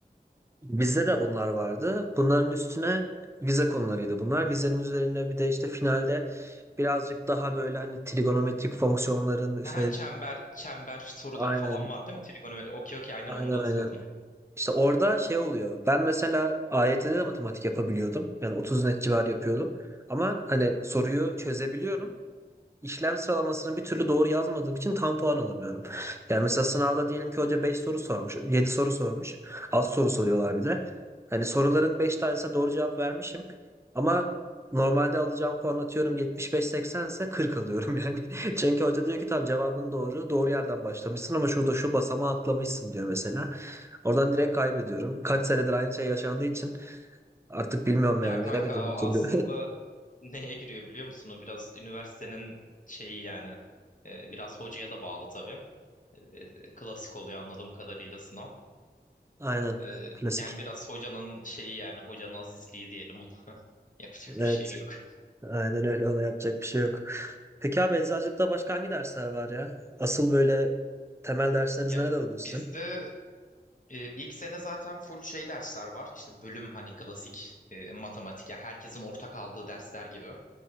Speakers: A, on the right; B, on the left.
A: Bizde de bunlar vardı. Bunların üstüne vize konularıydı bunlar. Vizenin üzerine bir de işte finalde birazcık daha böyle hani trigonometrik fonksiyonların işte
B: Ha çember çember soruları
A: aynen
B: falan vardı değil mi? Trigonometri. Okey okey aynen
A: aynen
B: onu da hatırladım.
A: aynen. İşte orada şey oluyor. Ben mesela AYT'de de matematik yapabiliyordum. Yani 30 net civarı yapıyordum. Ama hani soruyu çözebiliyorum. işlem sıralamasını bir türlü doğru yazmadığım için tam puan alamıyorum. <laughs> Yani mesela sınavda diyelim ki hoca 5 soru sormuş, 7 soru sormuş. Az soru soruyorlar bir de. Hani soruların 5 tanesine doğru cevap vermişim. Ama normalde alacağım puan atıyorum 75-80 ise 40 alıyorum yani. <laughs> Çünkü hoca diyor ki tamam cevabın doğru. Doğru yerden başlamışsın ama şurada şu basamağı atlamışsın diyor mesela. Oradan direkt kaybediyorum. Kaç senedir aynı şey yaşandığı için artık bilmiyorum
B: Ya
A: yani
B: kanka
A: veremedim bir
B: o
A: türlü.
B: aslında neye giriyor biliyor musun? O biraz üniversitenin şeyi yani. Ee, biraz hocaya da bağlı tabii. Ee, klasik oluyor anladığım kadarıyla sınav.
A: <laughs> Aynen.
B: Ee,
A: Klasik.
B: yani biraz hocanın şeyi yani hocanın azizliği diyelim ona. <laughs> Yapacak
A: Evet.
B: bir şey yok.
A: Aynen öyle ona yapacak bir şey yok. Peki abi eczacılıkta başka hangi dersler var ya? Asıl böyle temel dersleriniz
B: Ya
A: neler oluyor
B: bizde
A: sizin?
B: e, ilk sene zaten full şey dersler var. İşte bölüm hani klasik e, matematik. Yani herkesin ortak aldığı dersler gibi.